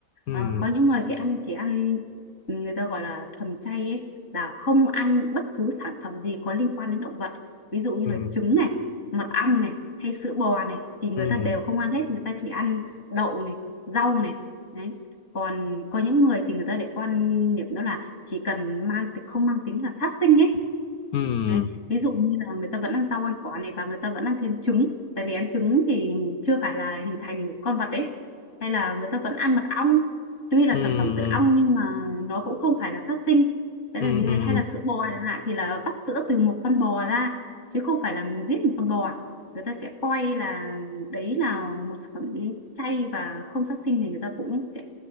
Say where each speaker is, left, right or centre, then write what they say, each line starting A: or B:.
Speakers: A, on the left; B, on the left.
A: ừ
B: Ờ, có những người thì ăn chỉ ăn người ta gọi là thuần chay ấy là không ăn bất cứ sản phẩm gì có liên quan đến động vật. Ví dụ như
A: ừ
B: là trứng này, mật ong này hay sữa bò này thì người
A: ừ
B: ta đều không ăn hết, người ta chỉ ăn đậu này, rau này. Đấy. Còn có những người thì người ta lại quan niệm đó là chỉ cần mang không mang tính là sát sinh ấy
A: ừ
B: Đấy. Ví dụ như là người ta vẫn ăn rau ăn quả này và người ta vẫn ăn thêm trứng tại vì ăn trứng thì chưa phải là hình thành một con vật đấy hay là người ta vẫn ăn mật ong tuy là
A: ừ
B: sản phẩm từ ong nhưng mà nó cũng không phải là sát sinh sẽ
A: ừ
B: là như
A: ừ
B: thế hay là sữa bò chẳng hạn thì là vắt sữa từ một con bò ra chứ không phải là mình giết một con bò người ta sẽ coi là đấy là một sản phẩm chay và không sát sinh thì người ta cũng sẽ